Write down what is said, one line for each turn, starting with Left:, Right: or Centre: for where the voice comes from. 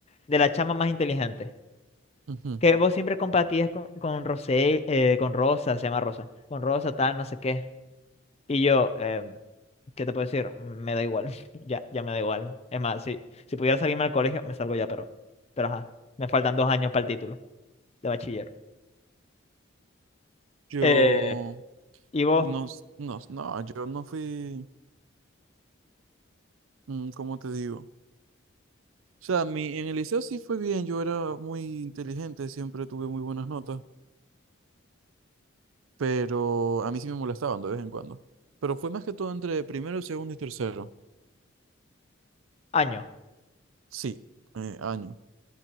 Left: de la chama más inteligente.
Right: Ujú.
Left: Que vos siempre compartías con, con Rosé, eh, con Rosa, se llama Rosa, con Rosa, tal, no sé qué. Y yo, em, ¿qué te puedo decir? Me da igual, <laughs> ya, ya me da igual. Es más, si, si pudiera salirme al colegio, me salgo ya, pero, pero ajá, me faltan dos años para el título de bachiller.
Right: Yo
Left: Eh, ¿y vos?
Right: no, s- no, s- no, yo no fui, mm, ¿cómo te digo? O sea, mi, en el liceo sí fue bien, yo era muy inteligente, siempre tuve muy buenas notas, pero a mí sí me molestaban de vez en cuando. Pero fue más que todo entre primero, segundo y tercero.
Left: Año.
Right: Sí, eh, año.